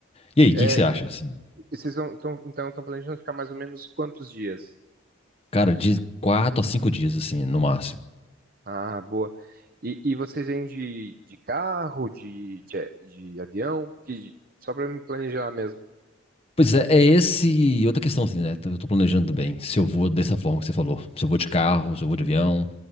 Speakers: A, on the left; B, on the right.
A: E aí, o
B: É,
A: que, que você acha? assim?
B: e vocês vão, tão, então estão planejando ficar mais ou menos quantos dias?
A: Cara, de quatro a cinco dias, assim, no máximo.
B: Ah, boa. E, e vocês vêm de, de carro, de, de, de avião? Porque, de- só pra me planejar mesmo.
A: Pois é, é esse. Outra questão, assim, né? Eu tô planejando também. Se eu vou dessa forma que você falou. Se eu vou de carro, se eu vou de avião.